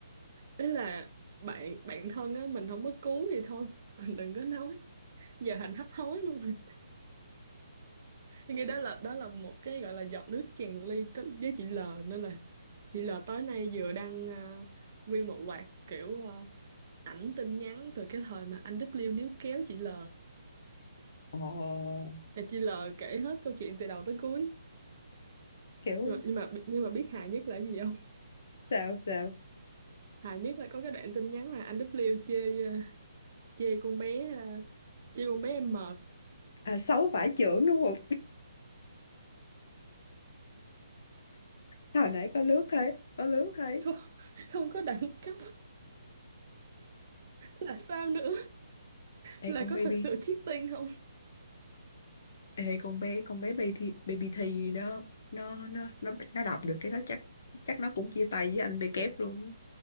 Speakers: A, on the right; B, on the left.
A: Ý là bạn bạn thân á mình không có cứu gì thôi. <laughs> Mình đừng có nói. Giờ thành hấp hối luôn. <laughs> rồi. Cái đó là đó là một cái gọi là giọt nước tràn ly tới- với chị L nên là chị L tối nay vừa đăng ờ, nguyên một loạt kiểu ờ, ảnh tin nhắn từ cái thời mà anh W níu kéo chị L.
B: ồ
A: Là chị L kể hết câu chuyện từ đầu tới cuối.
B: kiểu
A: Rồi, nhưng mà nhưng mà biết hài nhất là cái gì không?
B: sao sao
A: Hài nhất là có cái đoạn tin nhắn là anh W chê ờ, chê con bé ha chê con bé M
B: à xấu vải chưởng đúng hồi nãy có lướt thấy có lướt thấy
A: không, không có đẳng cấp là sao nữa là
B: ê con
A: có
B: baby
A: thật sự cheating không
B: ê con bé con bé baby thì baby thì đó nó nó nó nó đọc được cái đó chắc chắc nó cũng chia tay với anh bê kép luôn á.